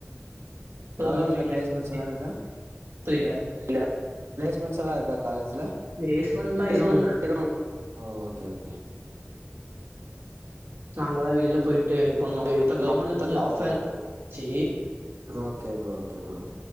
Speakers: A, on the right; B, on the right.
A: ப்ரோக்ராமிங்
B: காலேஜ்ல
A: லாங்குவேஜ்
B: பிளேஸ்மெண்ஸ் எல்லா இருக்கா
A: புரியல
B: இல ப்ளேஸ்மெண்ஸ் எல்லா இருக்கா கா காலேஜ்ல?
A: பிளேஸ்மெண்ட்லா
B: <unintelligible>
A: எதுவு இல்ல
B: ஓ ஓகே ஓகே
A: நாங்களா தா வெளில
B: நாங்களா
A: போய்ட்டு இது
B: போயிட்டு
A: பண்ணோம். இப்ப கவர்மெண்ட்ல இருந்து
B: பண்ணோ.
A: ஜாப்
B: ஓ
A: ஃபேர் வந்திச்சி.
B: Okay bro. <unintelligible> Okay bro <unintelligible>